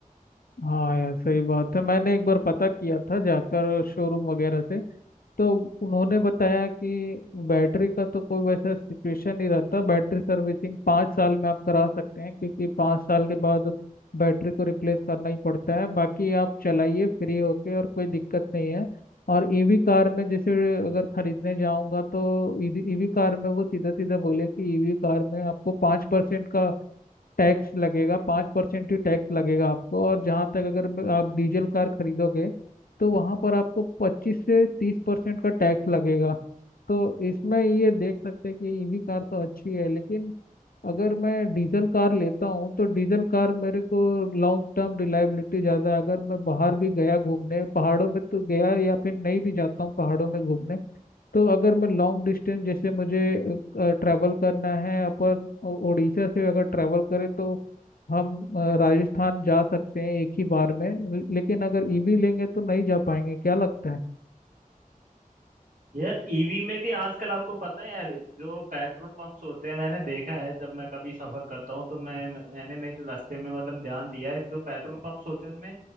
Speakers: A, on the left (about 85°); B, on the right (about 65°).
A: हाँ यार सही बात है मैंने एक बार पता किया था जाकर शोरूम वगैरह से तो उन्होंने बताया कि बैटरी का तो कोई वैसा सिचुएशन नहीं रहता बैटरी सर्विसिंग पाँच साल में आप करा सकते हैं क्योंकि पाँच साल के बाद बैटरी को रिप्लेस करना ही पड़ता है बाकी आप चलाइए फ्री होके और कोई दिक्कत नहीं है और ईवी कार में जैसे अगर खरीदने जाऊंगा तो ईवी कार में वो सीधा सीधा बोले कि ईवी कार में आपको पाँच परसेंट का टैक्स लगेगा पाँच परसेंट ही टैक्स लगेगा आपको और जहाँ तक अगर ब- आप डीजल कार खरीदोगे तो वहाँ पर आपको पच्चीस से तीस परसेंट का टैक्स लगेगा तो इसमें ये देख सकते हैं कि ईवी कार तो अच्छी है लेकिन अगर मैं डीजल कार लेता हूँ तो डीजल कार मेरे को लॉन्ग टर्म रिलायबिलिटी ज़्यादा है अगर मैं बाहर भी गया घूमने पहाड़ों में तो गया या फिर नहीं भी जाता हूँ पहाड़ों में घूमने तो अगर मैं लॉन्ग डिस्टेंस जैसे मुझे ट्रैवल करना है अपन ओ- उड़ीसा से अगर ट्रैवल करें तो हम अ, राजस्थान जा सकते हैं एक ही बार में ल- लेकिन अगर ईवी लेंगे तो नहीं जा पाएंगे क्या लगता है
B: यार ईवी में भी आजकल आपको पता है यार जो पेट्रोल पंप्स होते हैं मैंने देखा है जब मैं कभी सफर करता हूँ तो मैं मैंने मेरे रास्ते में मतलब ध्यान दिया है जो पेट्रोल पंप्स होते हैं उनमें